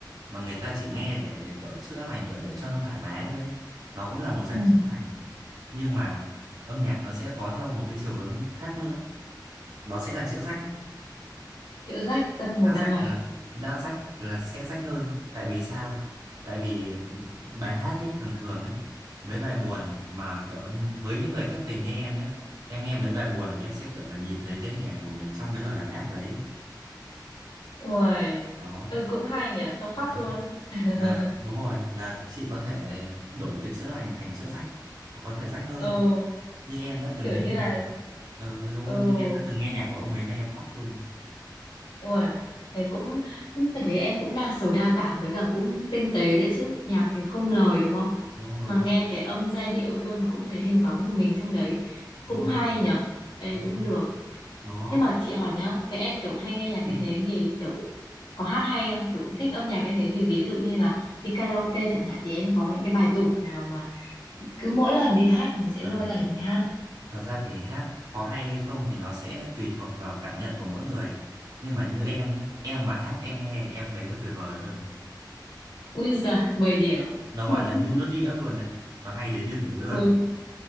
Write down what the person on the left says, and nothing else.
ừ
chữa rách tâm hồn
đang lành
ui
ừ cũng hay nhở xong khóc
luôn <laughs>
ừ
kiểu
như
là
ừ
Ui, thế cũng phải thế em cũng đa sầu đa cảm với cả cũng tinh tế đấy chứ nhạc thì không lời đúng không
mà nghe cái âm giai điệu thôi mà cũng thấy hình bóng của mình trong đấy cũng
hay
nhở Ê
cũng
được
thế mà chị hỏi nhá thế em kiểu hay nghe nhạc
như thế thì kiểu có hát hay không kiểu thích âm nhạc như thế thì ví dụ như là đi karaoke chẳng hạn thì em có những cái bài tủ nào mà cứ mỗi lần đi hát là mình sẽ
lôi ra để mình hát không
ui giời 10 điểm
<laughs>
mười